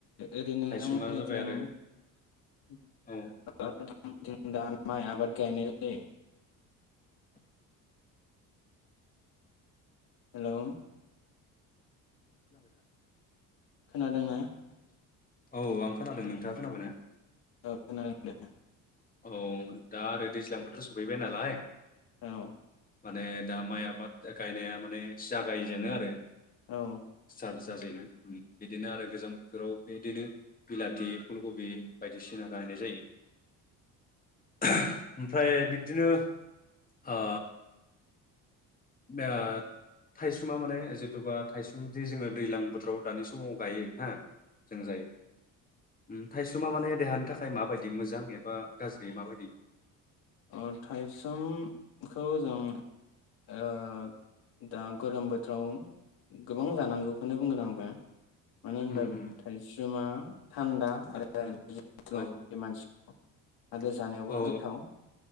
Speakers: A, on the left; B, on the left.
A: ओरैनो नोंथांमोननिथिं
B: थायसुमा जाबाय आरो
A: <unintelligible>
B: औ
A: आंथिं दा माइ आबाद गायनाय जायो। हेलौ
B: खोनाबायना?
A: खोनादोंना
B: औ आं खोनादों। नोंथाङा खोनाबाय ना?
A: औ खोनादों दे।
B: औ दा आरो दैज्लां बोथोर सफैबाय नालाय,
A: औ।
B: माने दा माइ आबाद गायनाया माने जागायजेनो आरो।
A: औ।
B: स्टार्ट जाजेनो उम बिदिनो आरो गोजां बोथोराव बिदिनो बिलाथि फुलकबि बायदिसिना गायनाय जायो। <unintelligible> ओमफ्राय बिब्दिनो ओ बेआ थाइसुमा माने जिथुबा थाइसुमदि जोङो दैलां बोथोराव दानि समाव गायो हा जों जायो। उम थाइसुमा माने देहानि थाखाय माबायदि मोजां एबा गाज्रि माबायदि?
A: अ थाइसुम खौ जों ओ दा गोलोम बोथोराव गोबां जानांगौखौनो बुंगोन आं। बे मानो होनबा
B: उम
A: बे
B: उम
A: थाइसुमा थान्दा आरो
B: उम
A: <unintelligible>
B: औ
A: लाखि मानसि आरो जानायावबो
B: औ
A: गोथाव।